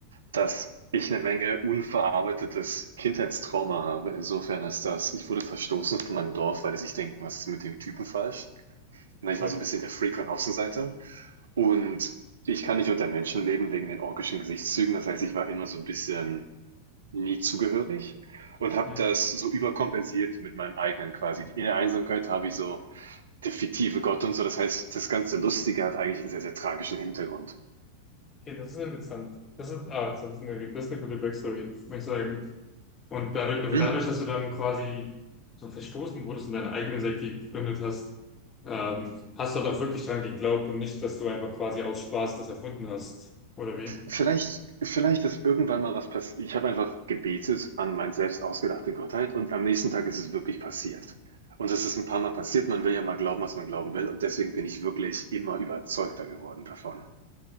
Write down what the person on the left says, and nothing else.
ja,
ja.
Okay, das ist interessant. Das ist, ah, das ist eine, das ist eine gute Backstory, muss ich sagen. Und dadurch, also
dadurch, dass du dann quasi so verstoßen wurdest und deine eigene Sekte gegründet hast, ähm, hast du halt auch wirklich dran geglaubt und nicht, dass du einfach quasi aus Spaß das erfunden hast, oder wie?